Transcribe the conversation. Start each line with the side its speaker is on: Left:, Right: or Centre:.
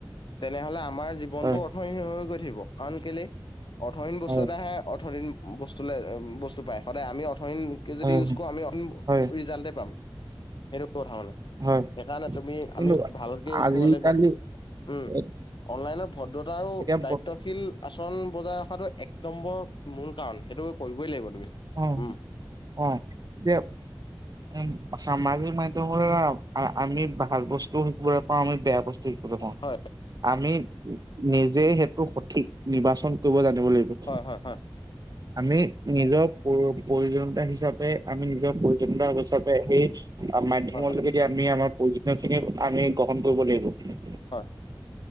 Left: তেনেহ'লে আমাৰ জীৱনটো
Right: হয়
Left: অৰ্থহীন হৈ হৈ গৈ থাকিব। কাৰণ কেলে অৰ্থহীন বস্তু
Right: হয়
Left: এটায়েহে অৰ্থহীন বস্তু লে বস্তু পায় সদায় আমি অৰ্থহীন কে যদি
Right: হয়
Left: ইউজ কৰো আমি <unintelligible>
Right: হয়
Left: ৰিজাল্টে পাম সেইটো কথা মানে। সেইকাৰণে
Right: হয়
Left: তুমি
Right: কিন্তু
Left: আমি ভালকে ইউজ
Right: আজিকালি
Left: কৰিব লাগিব।
Right: <inaudible>
Left: উম অনলাইনত ভদ্ৰতা
Right: এতিয়া
Left: দায়িত্বশীল
Right: বত
Left: আচৰণ বজাই ৰখাটো এক নম্বৰ মূল কাৰণ সেইটো কৰিবই লাগিব তুমি।
Right: অ',
Left: উম
Right: অ', এতিয়া উম, সামাজিক মাধ্যমৰ দ্বাৰা আমি ভাল বস্তুবোৰত পাওঁ আমি বেয়া বস্তু শিকিবলৈ পাওঁ।
Left: হয়
Right: আমি নিজে সেইটো সঠিক নিৰ্বাচন কৰিব জানিব লাগিব।
Left: হয়, হয়, হয়।
Right: আমি নিজৰ প্ৰয়ো-প্ৰয়োজনীয়তা হিচাপে আমি নিজৰ প্ৰয়ো জনীয়তা হিচাপে সেই মাধ্যমৰ
Left: হয় হয়
Right: যোগেদি আমি আমাৰ প্ৰয়োজনীয়খিনি আমি গ্ৰহণ কৰিব লাগিব।
Left: হয়।